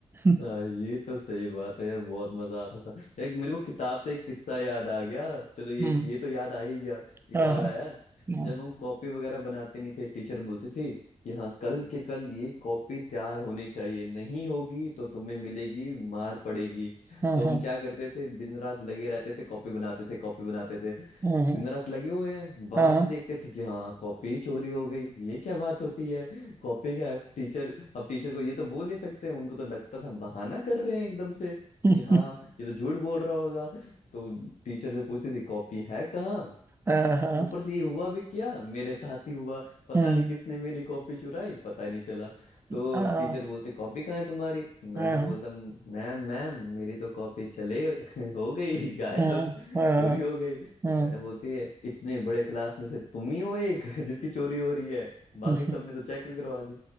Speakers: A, on the right; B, on the left.
A: <laughs>
B: हाँ ये तो सही बात है यार बहुत मजा आता था एक मेरे को किताब से एक किस्सा याद आ गया चलो ये
A: हम्म
B: ये तो याद आ ही गया एक
A: हाँ
B: और
A: हाँ
B: आया
A: हाँ
B: जब हम कॉपी वगैरह बनाते नहीं थे टीचर बोलती थी कि हाँ कल के कल ये कॉपी तैयार होनी चाहिए नहीं होगी तो तुम्हें मिलेगी मार पड़ेगी
A: हाँ
B: तो
A: हाँ
B: हम क्या करते थे दिन रात लगे रहते थे कॉपी बनाते थे कॉपी बनाते थे
A: हाँ हाँ
B: दिन रात लगे हुए हैं बाद
A: हाँ,
B: में देखते थे कि हाँ कॉपी चोरी हो गई ये क्या बात होती है कॉपी का है। टीचर अब टीचर को ये तो बोल नहीं सकते उनको तो लगता था बहाना कर रहे हैं एकदम से कि
A: <laughs>
B: हाँ ये तो झूठ बोल रहा होगा तो टीचर जो पूछती थी कॉपी है कहाँ
A: हाँ, हाँ,
B: ऊपर से ये हुआ भी क्या मेरे साथ ही हुआ पता
A: हम्म
B: नहीं किसने मेरी कॉपी चुराई पता नहीं चला तो
A: आह
B: टीचर बोलते कॉपी कहाँ है तुम्हारी मैंने
A: हाँ
B: बोलता मैम मैम मेरी तो कॉपी चले <laughs> हो गई गायब
A: हम्म आह
B: चोरी हो गई तो
A: हम्म
B: मैडम बोलती है इतने बड़े क्लास में से तुम ही हो एक <laughs> जिसकी चोरी हो रही है बाकी
A: हम्म
B: सबने तो चेक भी करवा दी